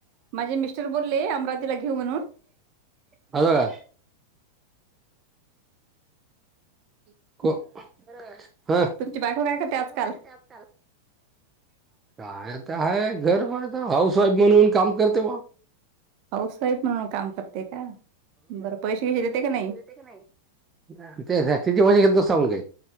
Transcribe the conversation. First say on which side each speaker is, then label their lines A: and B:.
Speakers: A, on the right (about 45°); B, on the right (about 20°).
A: माझे मिस्टर बोलले अमरावतीला घेऊ म्हणून,
B: दादा का
A: <unintelligible>
B: को, हं तुमची
A: बायको काय करते
B: बायको
A: आजकाल
B: काय करते, आज काल काय आता आहे, घर हाऊस वाईफ म्हणून काम करते बुवा.
A: हाऊस वाईफ म्हणून काम करते का, बरं पैसे हे देते की नाही.
B: <unintelligible> सांगून काही.